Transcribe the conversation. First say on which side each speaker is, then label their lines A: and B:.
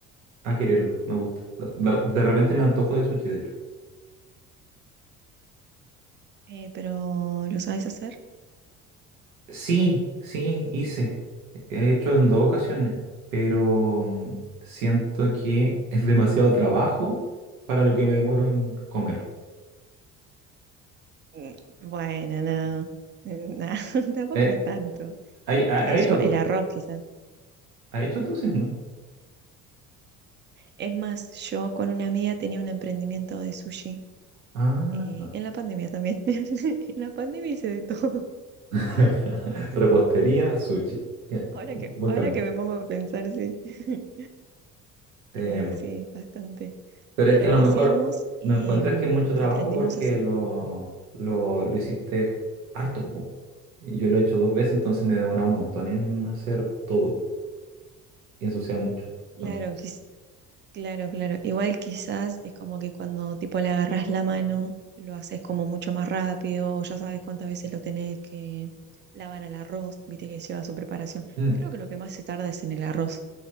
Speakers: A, on the right (about 80°); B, on the right (about 30°).
A: a quererlo. Me gusta. De, de- de repente me antojo de sushi, de hecho.
B: Eh, pero ¿lo sabes hacer?
A: Sí, sí, hice. He hecho en dos ocasiones, pero mm, siento que <laughs> es demasiado trabajo para lo que me demoro en comer.
B: Mm, Bueno, no. Eh, nah, <laughs> tampoco
A: Eh,
B: es tanto.
A: ¿ha, ha-
B: Qué sé
A: ha hecho
B: yo,
A: tú?
B: el arroz quizás.
A: ha hecho tú, sí o no?
B: Es más, yo con una amiga tenía un emprendimiento de sushi,
A: Ah,
B: eh,
A: no.
B: en la pandemia también. <laughs> En la pandemia hice de todo. <laughs>
A: <laughs> Repostería, sushi. Ya,
B: Ahora
A: un
B: que,
A: buen
B: ahora
A: cambio.
B: que me pongo a pensar, sí. <laughs>
A: Em,
B: Eh, sí, bastante.
A: Pero
B: Pero
A: es que a lo
B: hacíamos
A: mejor
B: y
A: no encuentras
B: mm,
A: que es mucho trabajo
B: aprendimos
A: porque
B: a hacer.
A: lo, lo, lo hiciste harto, po. Y Yo lo he hecho dos veces, entonces me he demorado un montón en hacer todo y ensuciaba mucho
B: Claro,
A: también.
B: quiz- claro, claro. Igual quizás es como que cuando tipo le agarras la mano, lo haces como mucho más rápido, o ya sabes cuántas veces lo tenés que lavar al arroz, viste que lleva su preparación.
A: Mm.
B: Creo que lo que más se tarda es en el arroz.